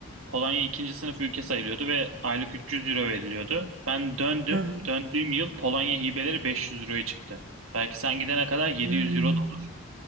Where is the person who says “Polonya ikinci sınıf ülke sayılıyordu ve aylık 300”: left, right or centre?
Right